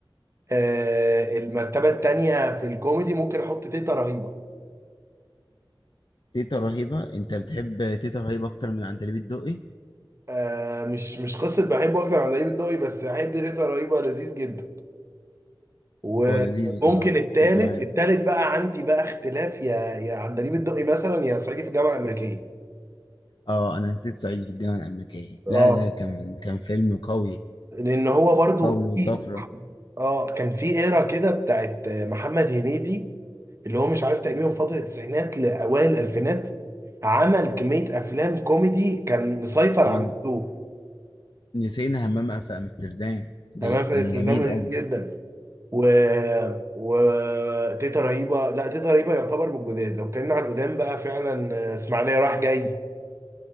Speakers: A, on the right; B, on the left.
A: آه، المرتبة الثانية في الكوميدي ممكن احط تيتا رهيبة
B: تيتا رهيبة انت بتحب تيتا رهيبة اكتر من عندليب الدقي
A: آه، مش مش قصة بحبه اكتر عن دايب الدقي بس احب تيتا رهيبة لذيذ جدا وممكن
B: هو لذيذ بصراحة
A: التالت
B: كنت بحب
A: التالت بقى عندي بقى اختلاف يا يا عندليب الدقي مثلا يا صعيدي في الجامعه الامريكيه
B: اه انا نسيت صعيدي في الجامعة الامريكية
A: اه
B: لا لا كان كان فيلم قوي
A: لان هو برضو
B: قوي
A: في
B: وطفرة
A: اه كان في ايرا كده بتاعت محمد هنيدي اللي هو مش عارف تقريبا من فتره التسعينات لاوائل الالفينات عمل كميه افلام كوميدي كان مسيطر
B: و...
A: على السوق
B: نسينا همام في امستردام دي
A: تمام
B: كان
A: في استخدام
B: جميل
A: لذيذ
B: قوي
A: جدا و و تيتا رهيبه لا تيتا رهيبه يعتبر من الجداد لو اتكلمنا عن القدام بقى فعلا آه، اسماعيليه رايح جاي